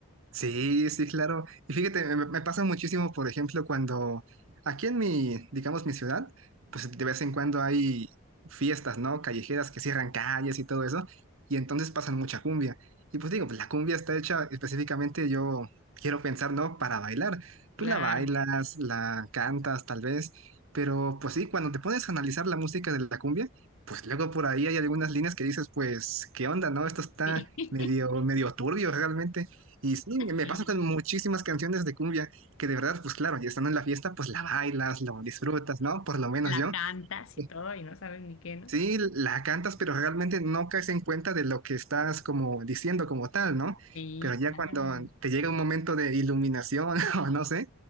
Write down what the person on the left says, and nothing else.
Claro,
sí. <laughs>
Sí,
la
cantas
y todo y no sabes ni qué, ¿no?
Sí,
claro.